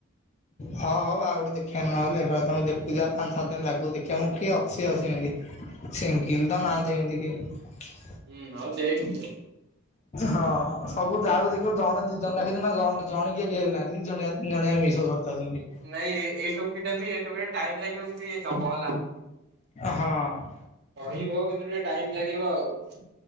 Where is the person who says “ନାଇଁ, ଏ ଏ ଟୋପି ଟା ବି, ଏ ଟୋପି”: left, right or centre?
Right